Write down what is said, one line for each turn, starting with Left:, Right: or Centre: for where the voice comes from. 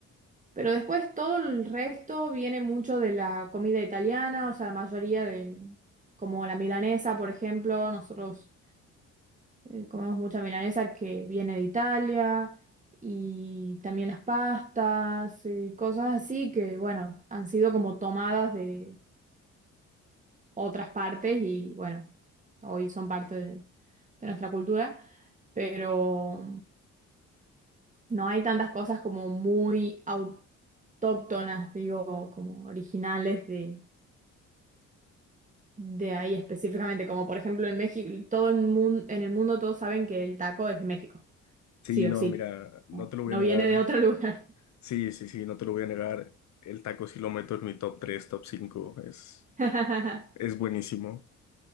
Right: Pero después todo el resto viene mucho de la comida italiana, o sea, la mayoría de, como la milanesa, por ejemplo, nosotros... Eh, comemos mucha milanesa que viene de Italia y también las pastas y cosas así que, bueno, han sido como tomadas de otras partes y, bueno, hoy son parte de, de nuestra cultura, pero no hay tantas cosas como muy autóctonas, digo, como originales de... De ahí específicamente, como por ejemplo en México, todo el mundo, en el mundo todos saben que el taco es de México.
Left: Sí,
Right: sí
Left: no,
Right: o sí.
Left: mira, no
Right: ¿no?
Left: te lo voy
Right: No
Left: a negar.
Right: viene de otro lugar.
Left: Sí, sí, sí, no te lo voy a negar. El taco sí lo meto en mi top tres top cinco Es,
Right: <laughs>
Left: es buenísimo.